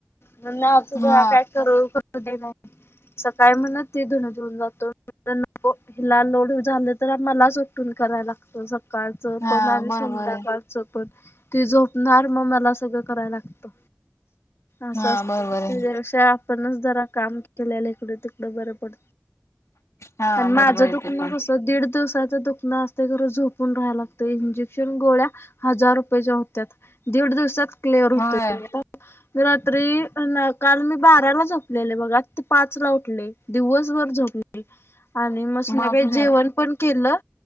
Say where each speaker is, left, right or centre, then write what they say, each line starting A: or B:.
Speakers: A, on the left (about 55°); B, on the left (about 80°).
A: म्हणून आज
B: हा
A: जरा काय करू करू दीना की, सकाळी म्हणत. ती धुणं धुऊन जातो मी म्हणलं की, नको तिला लोड झालं तर मलाच उटून करायला लागतं सगळं. सकाळचं
B: हा
A: पण आणि
B: बरोबर
A: संध्याकाळ.
B: आहे
A: च पण ती झोपणार मग मला सगळं कराय लागतं. असं
B: हा
A: असतं
B: बरोबर आहे
A: तेच्यापेक्षा आपणच जरा काम केलेलं इकडे तिकडं बरं पडतं.
B: हा
A: आणि
B: बरोबर
A: माझं
B: आहे
A: दुखणं
B: ते पण
A: कस दीड दिवसाचं दुख''--'' णं असतयं खरं झोपून राहाय लागतंय इंजेक्शन गोळ्या हजार रुपयच्या होत्यात. दीड दिवसात क्लेअर होतोय
B: होय
A: मी आता. ''मी रात्री काल मी बाराला झोपलेले बघा आता पाचला उठले. दिवसभर झोपले आणि मग संध्याकाळी
B: बापरे
A: जेवण पण केलं.